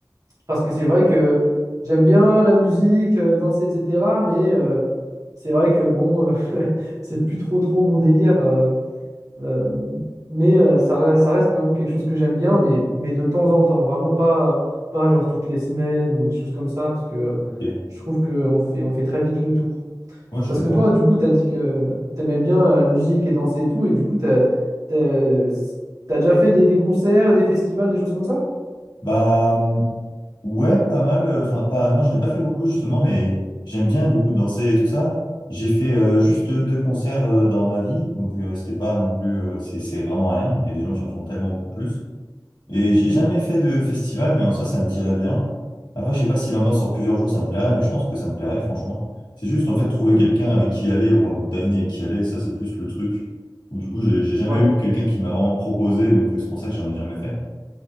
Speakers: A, on the right; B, on the left.
A: Parce que c'est vrai que j'aime bien la musique, euh, danser, etc. Mais euh, c'est vrai que bon, euh, <laughs> c'est plus trop trop mon délire. euh, euh, mais euh, ça, re- ça reste quand même quelque chose que j'aime bien, mais, mais de temps en temps. Vraiment pas, pas genre toutes les semaines ou des choses comme ça. Parce que
B: Ok,
A: je trouve qu'on fait, on fait très vite le tour.
B: ouais, je
A: Parce
B: comprends.
A: que toi, du coup, t'as dit que t'aimais bien euh, la musique et danser et tout, et du coup, t'as, t'as, t'as déjà fait des, des concerts, des festivals, des choses comme ça?
B: Bah, hum, ouais, pas mal. euh, Enfin, pas, non, j'en ai pas fait beaucoup justement, mais j'aime bien du coup danser et tout ça. J'ai fait euh, juste deux concerts euh, dans ma vie, donc euh, c'était pas non plus, euh, c'est c'est vraiment rien. Il y a des gens qui en font tellement plus. Et j'ai
A: Mhm,
B: jamais fait de festival, mais en soi, ça me dirait bien. Après, je sais pas si l'ambiance sur plusieurs jours, ça me plairait, mais je pense que ça me plairait, franchement. C'est juste, en fait, trouver
A: mhm.
B: quelqu'un avec qui aller ou un groupe d'amis avec qui aller, ça, c'est plus le truc. Ou du coup, j'ai j'ai jamais
A: Ouais.
B: eu quelqu'un qui m'a vraiment proposé, donc euh, c'est pour ça que j'en ai jamais fait.